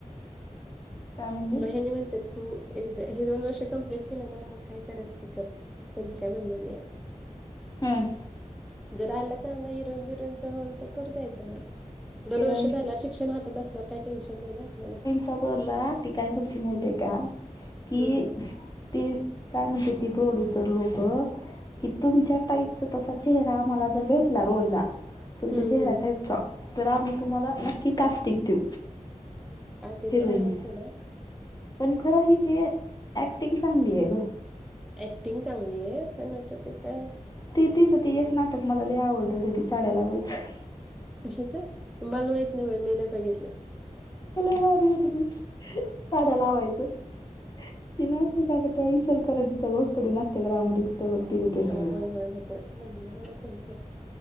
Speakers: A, on the left (about 30°); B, in the centre.
A: काय म्हणजे
B: महिन म्हंत. तू एकदा हे दोन वर्ष कंप्लीट केलं ना मग काय करायचं ते कर त्यांचं काय म्हणणं नाही.
A: हम्!
B: जर आलं चांगला हिरोईन बिरोईनचा होल तर करू द्याचं. ग दोन
A: हिरोईन
B: वर्ष झाल्या शिक्षण हातात असल्यावर काही टेन्शन नाही ना आपल्याला
A: सर्वला टिकायवरती माहती का कि
B: हम्म
A: ती काय म्हणते ती प्रोड्युसर लोक कि तुमच्या टाईपचा तसा चेहरा आम्हाला जर भेटला रोलला. तुमच्या
B: हम्म
A: चेहऱ्या
B: हम्म
A: टाईपचा तर आम्ही तुम्हाला नक्की कास्टिक देऊ.
B: हा ते
A: हिरोईनी
B: तर आहे सोडा
A: पण खरं हिची ऍक्टिंग चांगली आहे गं.
B: ऍक्टिंग चांगली आहे पण आता ते काय.
A: ती तिच ती एकच नाटक मला लय आवडलं होत ती चाड्या लावायचं.
B: कशाच? मला माहित नाही बाई मी नाही बघितल.
A: वारी होत ती चाड्या लावायचं. ती नव्हत का गं ते इचलकरंजी त <unintelligible> नाट्यगृहात
B: हा होय
A: <inaudible>
B: होय होते म्हणलं मला कोण कर.